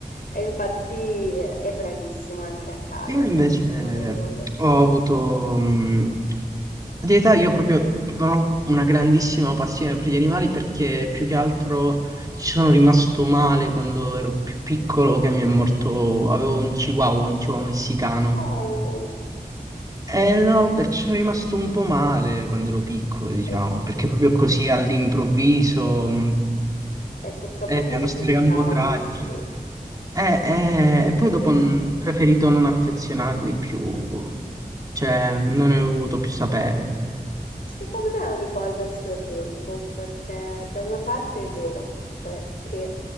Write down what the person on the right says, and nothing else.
Io invece
ho avuto, mh, di età io proprio non ho una grandissima passione per gli animali perché più che altro ci sono rimasto male quando ero più piccolo che mi è morto, avevo un chihuahua, un chihuahua messicano
eh no, beh, ci sono rimasto un po' male quando ero piccolo, diciamo,
perché proprio così all'improvviso mh,
eh, è
una
storia
un po' tragica.
Eh, eh,
e poi
dopo mm, ho preferito non affezionarmi più, cioè non ne ho voluto più sapere.